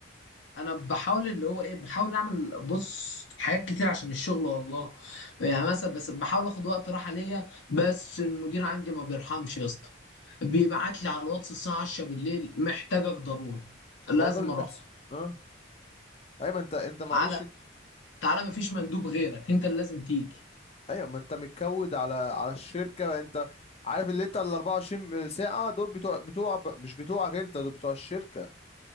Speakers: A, on the left; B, on the left.
A: انا بحاول اللي هو ايه بحاول اعمل بص حاجات كتير عشان الشغل والله يعني مثلا بس بحاول اخد وقت راحة ليا بس المدير عندي ما بيرحمش يا اسطى بيبعت لي على الواتس الساعة 10 بالليل محتاجك ضروري لازم
B: الموضوع اللي
A: اروح
B: بيحصل اه ايوه ما انت انت معلش
A: تعالى تعالى مفيش مندوب غيرك انت اللي لازم تيجي
B: ايوه ما انت متكود على على الشركه انت عارف اللي انت ال 24 ساعه دول بتوع بتوع مش بتوعك انت دول بتوع الشركه